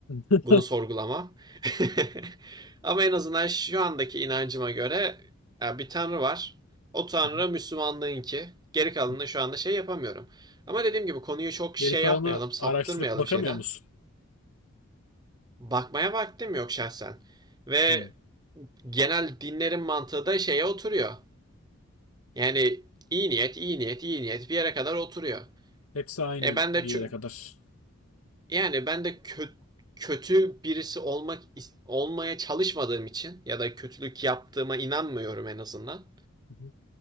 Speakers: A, on the left; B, on the right.
A: hı.
B: Bunu sorgulamam. <laughs> Ama en azından şu andaki inancıma göre ya bir tanrı var. O tanrı
A: Hı
B: Müslümanlığınki. Geri kalanını
A: hı.
B: şu anda şey yapamıyorum. Ama dediğim gibi konuyu çok
A: Geri
B: şey
A: kalanı
B: yapmayalım, saptırmayalım
A: araştırıp bakamıyor
B: şeyden.
A: musun?
B: Bakmaya vaktim yok şahsen. Ve
A: Hı.
B: genel dinlerin mantığı da şeye oturuyor. Yani iyi niyet, iyi niyet, iyi niyet bir yere kadar oturuyor.
A: Hepsi aynı
B: E ben
A: bir
B: de ço-
A: yere kadar.
B: Yani ben de kö- kötü birisi olmak olmaya çalışmadığım için ya da kötülük yaptığıma inanmıyorum en azından.
A: Hı hı.